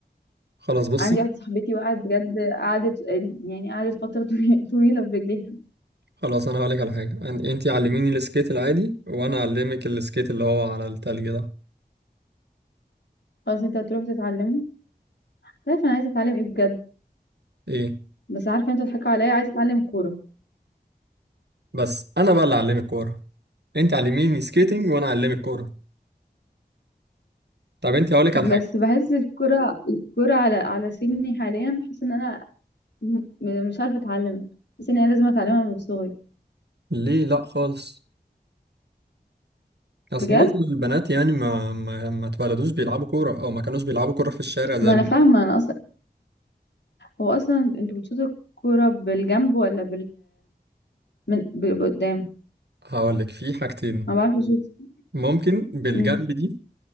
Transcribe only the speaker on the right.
خلاص بصي
خلاص انا هقولك على حاجة أن- انتي علميني السكيت العادي وانا اعلمك السكيت اللي هو على التلج ده
ايه
بس انا بقى اللي اعلمك كورة انتي علميني سكيتنج وانا اعلمك كورة طب انتي هقولك على حاجة
ليه لا خالص اصل
معظم البنات يعني ما ما ما اتولدوش بيلعبوا كوره او ما كانوش بيلعبوا كوره في الشارع زي
هقول لك في حاجتين
ممكن بالجنب
دي